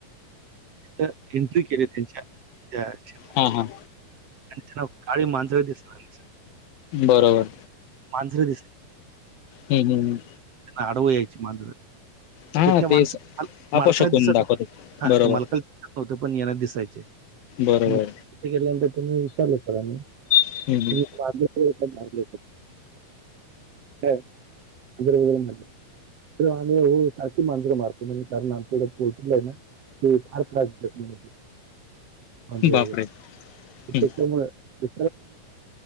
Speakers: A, on the right; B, on the left.
A: अस एंट्री केल्या त्यांच्या त्या शेतामध्ये
B: हा हा.
A: आणि त्यांना गाळी मांजर दिसायला लागली सगळी.
B: बरोबर.
A: मांजर दिस
B: हम् हम्.
A: अडव आयची मांजर.
B: हां
A: ते त्या माणसा
B: तेच
A: मालका
B: अपशकून
A: दिसत
B: दाखवतो
A: नव्हत हा
B: बरोबर
A: ते मालका दिसत नव्हत पण यांना दिसायचे.
B: बरोबर
A: म तिथ गेल्यानंतर त्यांनी विचारलं सरांनी
B: हं, हं.
A: तुम्ही <unintelligible> <unintelligible> हा. <unintelligible> तर आम्ही हो अशी मांजरं मारतो म्हणजे कारण आमच्या हिकडं पोल्ट्री आय ना ते फार त्रास देतात म्हणे. आणि
B: बापरे हं.
A: त्याच्यामुळ <unintelligible>